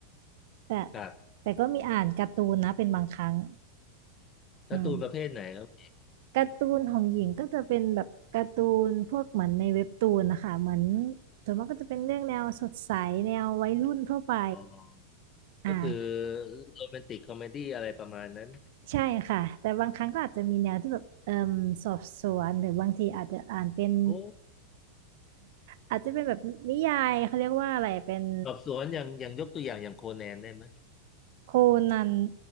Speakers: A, on the right; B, on the left.
A: แต่
B: ครับ
A: แต่ก็มีอ่านการ์ตูนนะเป็นบางครั้ง
B: การ์ตูนประเภทไหนครับ
A: อืมการ์ตูนของหญิงก็จะเป็นแบบการ์ตูนพวกเหมือนในเว็บตูนนะคะเหมือนส่วนมากก็จะเป็นเรื่องแนวสดใสแนววัยรุ่นทั่วไป
B: อ๋อ
A: อ่า
B: ก็คือโรแมนติกคอมเมดี้อะไรประมาณนั้น
A: ใช่ค่ะแต่บางครั้งก็อาจจะมีแนวที่แบบเอ่มสอบสวนหรือบางทีอาจจะอ่านเป็น
B: โอ้
A: อาจจะเป็นแบบนิยายเขาเรียกว่าอะไรเป็น
B: สอบสวนอย่างอย่างยกตัวอย่างอย่างโคแนนได้ไหม
A: โคนัน